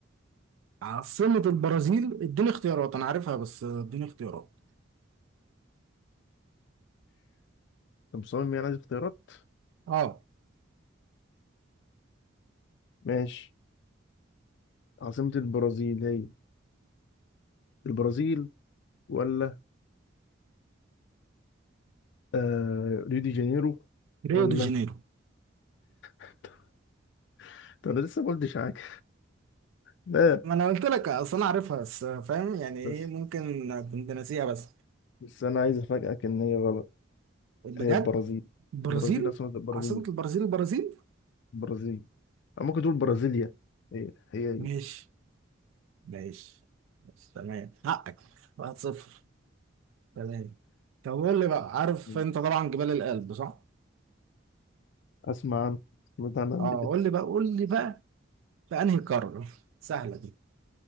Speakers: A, on the right; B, on the left.
A: عاصمة البرازيل اديني اختيارات انا عارفها بس آه، اديني اختيارات
B: طب مصمم يعني عايز اختيارات؟
A: اه
B: ماشي عاصمة البرازيل هي البرازيل ولا آه ريو دي جانيرو ولا
A: ريو دي جانيرو
B: <laughs> طب انا لسه ما قلتش حاجة لا
A: ما انا قلت لك اصل انا عارفها بس آه، فاهم يعني ايه
B: بس
A: ممكن كنت ناسيها بس
B: بس انا عايز افاجئك ان هي غلط
A: بجد
B: هي البرازيل
A: البرازيل
B: البرازيل عاصمة البرازيل
A: عاصمة البرازيل البرازيل
B: البرازيل أو ممكن تقول برازيليا هي هي هي
A: ماشي ماشي ماشي، تمام حقك واحد صفر تمام طب قول لي بقى عارف
B: مم.
A: انت طبعا جبال الألب صح؟
B: أسمع عنها سمعت عنها قبل
A: اه
B: كده
A: قول لي بقى قول لي بقى في انهي قارة سهلة دي